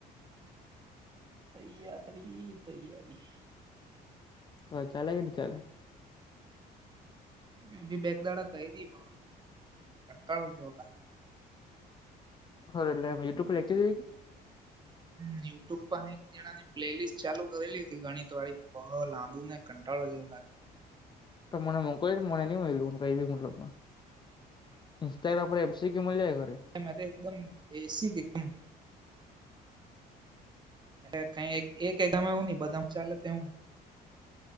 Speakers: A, on the right (about 25°); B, on the left (about 25°).
A: તૈયારી તૈયારી
B: હ ચાલે કે ની ચાલે
A: મેંભી બેક દાડા કયરી પણ કંટાળો જેવો લા
B: હ એ <unintelligible> ુટ્યબ પર <unintelligible>
A: હ યુટ્યુબ પર એક જણાની પ્લેલિસ્ટ ચાલુ કરેલી હતી ગણિત વાળી પણ બો લાંબુ ને કંટાળો જેવો લાગે.
B: તો મને મોકલ મને ની મળયું કઈ બી મતલબ માં ઇન્સ્ટાગ્રામ પર એમસીક્યુ મળિયા કરે.
A: એમાં તે એકદમ એસી કે <unintelligible> કમ એટ કઈ એક એક એવું ની બધા ચાલેવું